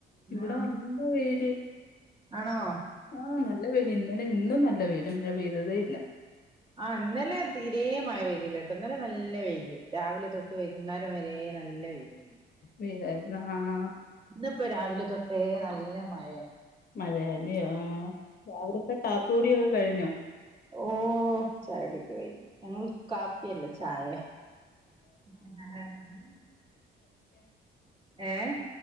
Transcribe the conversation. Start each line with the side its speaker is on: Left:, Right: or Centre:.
Left: ഇവിടെ
Right: ആഹ്
Left: നല്ല വെയില്
Right: ആണോ
Left: ആഹ് നല്ല വെയിൽ ഇന്നലെ ഇന്നും നല്ല വേയില് മഴ പെയ്തതേ ഇല്ല
Right: ആഹ് ഇന്നലെ തീരേ മയ പെയിതില്ലട്ടോ ഇന്നലെ നല്ല വേയില് രാവിലെ തൊട്ട് വ വൈകുന്നേരം വരെ നല്ല വെയിലേന്ന്
Left: വേലായിരുന്ന് ആഹ്
Right: ഇന്നിപ്പോ രാവിലെ തൊട്ടേ നല്ല മഴെ
Left: മഴയല്ലയോ ആഹ് രാവിലത്തെ കാപ്പി കുടിയൊക്കെ കഴിഞ്ഞോ
Right: ഓഹ് ചായ കുടി ഒക്കെ കഴിഞ്ഞു ഞങ്ങൾ കാപ്പിയല്ല ചായെ ആഹ് ഏഹ്